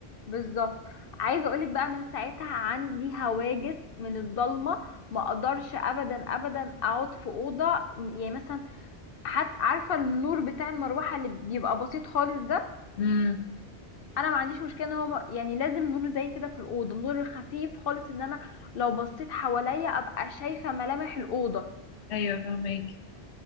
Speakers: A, on the left; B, on the left.
A: بالظبط عايزه اقولك بقى من ساعتها عندي هواجس من الضلمه ما اقدرش ابدا ابدا اقعد في اوضه يعني مثلا حتى عارفه النور بتاع المروحه اللي بيبقى بسيط خالص ده
B: مم.
A: انا ما عنديش مشكله ان هو م- يعني لازم نور زي كده في الاوضه النور الخفيف خالص ان انا لو بصيت حواليا ابقى شايفه ملامح الاوضه
B: أيوه فهمك